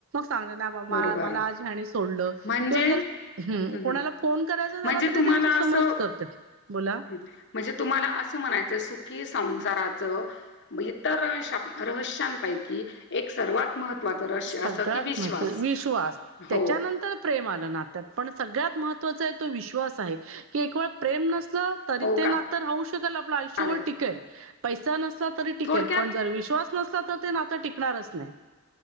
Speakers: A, on the right; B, on the left.
A: ांग ना
B: बरोबर.
A: मला आज ह्यांनी सोडलं
B: म्हणजे?
A: किंवा जर हम्म
B: म्हणजे
A: कोणाला फोन करायचा झाला तरी
B: तुम्हाला
A: त्यांच्या समोरच
B: अस
A: करत्यात. बोला
B: म्हणजे तुम्हाला असं म्हणायचं कि संसाराचं इतर रहस्य पैकी एक सर्वात महत्वाच रहस्य
A: सगळ्यात
B: असं की विश्वास
A: महत्त्व विश्वास त्याच्यानंतर
B: हो,
A: प्रेमात नात्यात पण सगळ्यात महत्त्वाचा विश्वास आहे एक वेळ प्रेम नसलं तर. पैसा नसला तरी
B: हो
A: ते
B: का?
A: नातं राहु शकेल आयुष्यभर
B: चालेल.
A: टिकेल पैसा नसला तरी टिकेल
B: थोडक्यात
A: पण जर विश्वास नसला तर ते नाता टिकणारच नाही.